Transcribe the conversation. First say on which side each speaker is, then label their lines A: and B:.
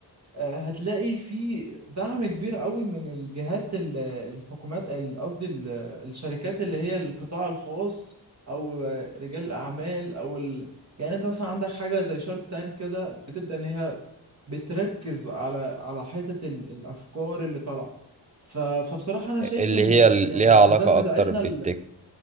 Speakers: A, on the right; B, on the right.
A: آه، هتلاقي في دعم كبير قوي من الجهات ال- الحكومات ال- قصدي ال- الشركات اللي هي القطاع الخاص او آه، رجال الاعمال او ال... يعني انت مثلا عندك حاجه زي شارك تانك كده بتبدا ان هي بتركز على على حته ال- الافكار اللي طالعه ف... فبصراحه انا
B: اللي
A: شايف ان
B: هي ليها
A: يعني الاهداف
B: علاقة
A: بتاعتنا
B: اكتر بالتك
A: ال...